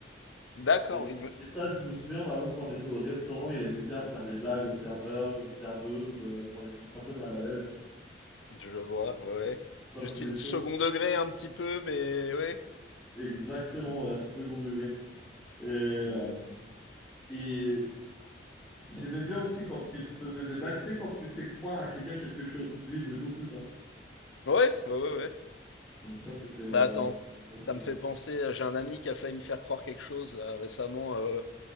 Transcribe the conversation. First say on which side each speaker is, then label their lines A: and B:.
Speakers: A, on the left; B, on the left.
A: D'accord,
B: Et,
A: oui, me-
B: et ça, je me souviens, par exemple, quand on était au restaurant, il aimait bien faire des blagues aux serveurs ou aux serveuses euh, pour les mettre un peu mal à l'aise.
A: je vois, ouais, ouais.
B: Ça,
A: Du
B: c'est
A: style
B: des choses
A: second degré un petit peu, mais ouais.
B: exactement, ouais, second degré. Et, euh,
A: D'accord.
B: et J'aimais bien aussi quand il faisait des blagues, tu sais, quand tu fais croire à quelqu'un quelque chose. Lui, il faisait beaucoup ça.
A: Ouais, ouais, ouais, ouais.
B: Donc ça, c'était euh,
A: Bah attends,
B: c'était assez
A: ça
B: drôle.
A: me fait penser, à- j'ai un ami qui a failli me faire croire quelque chose là, récemment euh,